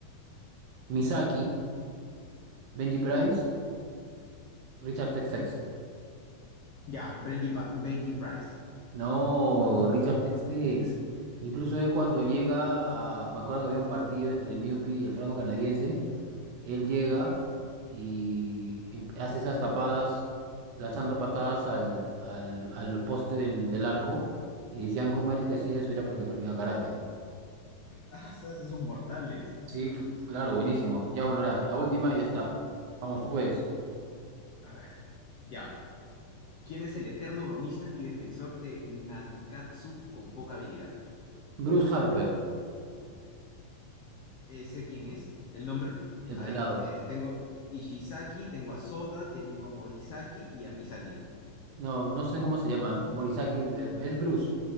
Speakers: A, on the right; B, on the left.
A: Misaki, Benji Price, Richard Tex-Tex.
B: Ya, Benji, Pa- Benji Price.
A: No, Richard Tex-Tex. Incluso él cuando llega
B: Ah,
A: a... Me acuerdo que había un partido entre el Newpi y el franco canadiense. Él llega y em- hace esas tapadas, lanzando patadas al, al, al poste del, del arco. Y decían, ¿cómo eres que hacía eso? Era porque practicaba karate.
B: ah, se hace sus mortales.
A: Sí, cl- claro, buenísimo. Ya, bueno, la,
B: Qué
A: la
B: locazo.
A: última y ya está. Vamos, tú puedes.
B: A ver, ya. ¿Quién es el eterno bromista y defensor de Nankatsu con poca habilidad?
A: Bruce Harper,
B: eh, sé quién es, el nombre.
A: el
B: O sea,
A: pelado.
B: en- eh, tengo Ishizaki, tengo a Soda, tengo a Morisaki y a Misaki.
A: No, no sé cómo se llama. Morisaki, de- es Bruce.